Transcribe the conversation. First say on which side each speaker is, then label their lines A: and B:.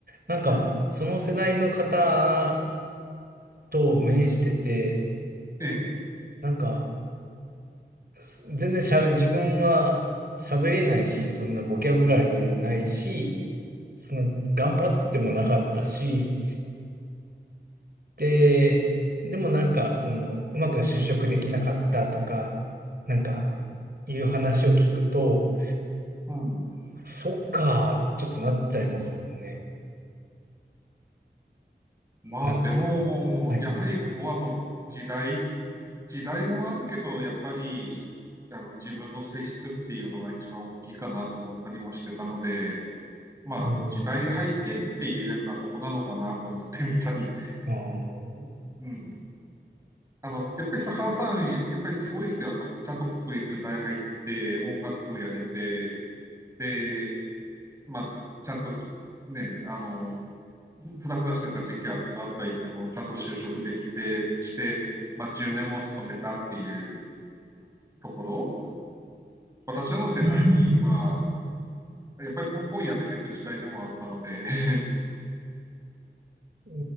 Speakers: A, on the right; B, on the right.
A: なんか、
B: はい。
A: その世代の方と面してて、
B: ええ。
A: なんか、す全然しゃべ、自分は喋れないし、そんなボキャブラリーもないし、そんな頑張ってもなかったし、で、でもなんか、その、うまく就職できなかったとか、なんか、いう話を聞くと、
B: うん。
A: そっか、ちょっとなっちゃいますもんね。
B: まあ、
A: なんか、
B: でも、
A: はい。
B: やはりそこはもう時代、時代もあるけど、やっぱり、あの、自分の性質っていうのが一番大きいかなと思ったりもしてたので、まあ、
A: うん。
B: 時代背景って言えたらそこなのかなと思ってみたり、
A: あー
B: うん。あの、やっぱり佐原さん、やっぱりすごいですよ。あの、ちゃんと国立大入って、音楽もやれて、で、まあ、ちゃんとね、あの、ふらふらしてた時期あったあった言っても、ちゃんと就職できて、して、まあ、10年も勤めたっていうところ。私らの世代は、やっぱりポンポンやめていく時代でもあったので <laughs>、
A: う